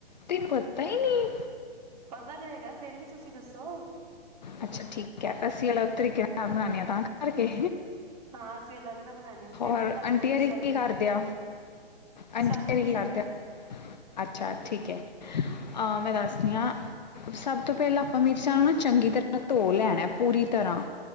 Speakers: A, on the left; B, on the right.
A: ਤੈਨੂੰ ਪਤਾ ਹੀ ਨਹੀਂ ਹੈ।
B: ਪਤਾ ਤੇ ਹੈਗਾ, ਫੇਰ ਵੀ ਤੁਸੀਂ ਦੱਸੋ?
A: ਅੱਛਾ ਠੀਕ ਐ, ਅਸੀਂ ਅਲੱਗ ਤਰੀਕੇ ਦੇ ਨਾਲ ਬਣਾਨੇ ਆ ਤਾਂ ਕਰ ਕੇ?
B: ਹਾਂ ਅਸੀਂ ਅਲੱਗ ਨਾ ਬਣਾਉਣੇ ਹਾਂ
A: ਹੋਰ
B: ਫੇਰ ਮੈਂ ਤੁਹਾਨੂੰ
A: ਆਂਟੀ
B: ਉਹ ਦੱਸਾਂਗੀ
A: ਅਰੀ ਕੀ ਕਾਰਦੇ ਆ? ਆਂਟੀ
B: ਸਾਰੇ
A: ਆਰੀ
B: ਠੀਕ
A: ਕੀ ਕਰਦੇ
B: ਨੇ
A: ਆ? ਅੱਛਾ ਠੀਕ ਐ। ਆ ਮੈਂ ਦੱਸਨੀ ਆਂ, ਸਬ ਤੋਂ ਪੈਲਾਂ ਆਪਾਂ ਮੀਰਚਾ ਨੂੰ ਨਾ ਚੰਗੀ ਤਰਾ ਧੋ ਲੈਣੈ ਐ ਪੂਰੀ ਤਰਾਂ,